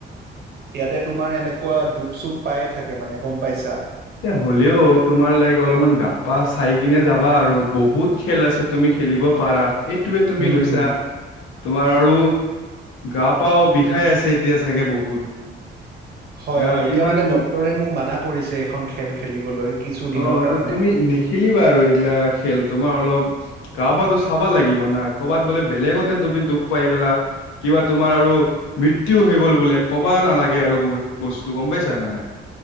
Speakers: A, on the right; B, on the left.
A: ইয়াতে তোমাৰ এনেকুৱা দুখ- চুখ পায়ে থাকে মানে গম পাইছা।
B: এ হ'লেও তোমাৰ লাইক অলপমান গা- পা চাই কিনে যাবা আৰু বহুত খেল আছে তুমি খেলিব পাৰা, এইটোয়ে তুমি
A: হম
B: লৈছা।
A: হম
B: তোমাৰ আৰু গা পাও বিষাই আছে এতিয়া চাগে বহুত
A: হয়
B: আহ
A: হয় এতিয়া
B: ইমান
A: মানে ডক্টৰে মোক মানা কৰিছে এখন খেল খেলিবলৈ। কিছু দিনৰ
B: অ
A: কাৰণে
B: তুমি নেখেলিবা আৰু এইগিলা খেল তোমাৰ অলপ গা -পাতো চাবা লাগিব না কৰ'ৰবাত বোলে বেলেগতে তুমি ডুপ পাই গলা। কিবা তোমাৰ আৰু মৃ্ত্যু হৈ গল বোলে ক'বা নালাগে আৰু বহুত বস্তুতটো গম পাইছা ন নাই।